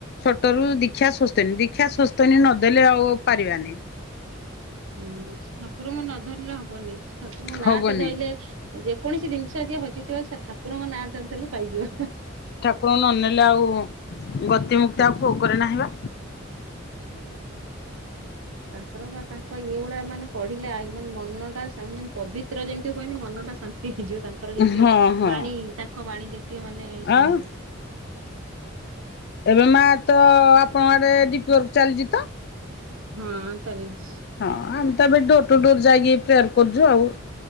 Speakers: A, on the left; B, on the right.
A: ଛୋଟ ରୁ ଦୀକ୍ଷା ସ୍ଵସ୍ଥନୀ ଦୀକ୍ଷା ସ୍ୱସ୍ଥନୀ ନଦେଲେ ଆଉ ପାରିବାନି।
B: ହୁଁ ସେ ଠାକୁରଙ୍କୁ ନ ଧରିଲେ ହବନି ସେ ଠାକୁରଙ୍କ ନାଁ
A: ହବନି
B: ଟା ଧଇଲେ ଯେକୌଣସି ଜିନିଷ ଯିଏ ହଜିଥିବ ସେ ଠାକୁରଙ୍କ ନାଁ ଧରି ଦେଲେ ପାଇଯିବ।
A: କଣ ନ ନେଲେ ଆଉ ଗତି ମୁୁକ୍ତି ଆଉ କୋଉ <unintelligible> ନାହିଁ ବା।
B: <inaudible> ତାଙ୍କର ବା ତାଙ୍କ ଇଏ ଗୁଡା ମାନେ ପଢିଲେ ମାନେ ମନଟା ପବିତ୍ର ଯେମ୍ତି ହୁଏନି ମନଟା। ହେଇଯିବ ତାଙ୍କର ଯେତିକ
A: ହଁ ହଁ
B: ବାଣୀ ତାଙ୍କ ବାଣୀ ଯେତିକ ମାନେ
A: ଆଉ
B: ଶୁ
A: ଏବେ ମା ତ ଆପଣଙ୍କ ଆଡେ <unintelligible> ଚାଲିଚି ତ?
B: ହୁଁ ଚାଲିଛି।
A: ହଁ ଆମେ ତ ଏବେ ଡୋର୍ ଟୁ ଡୋର୍ ଯାଇକି <unintelligible> କରୁଚୁ ଆଉ,